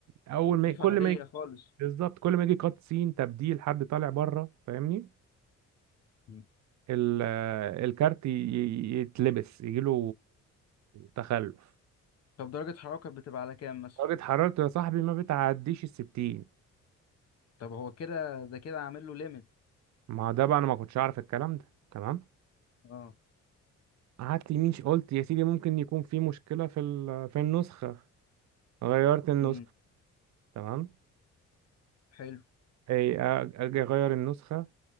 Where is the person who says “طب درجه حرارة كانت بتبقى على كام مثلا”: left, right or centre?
Left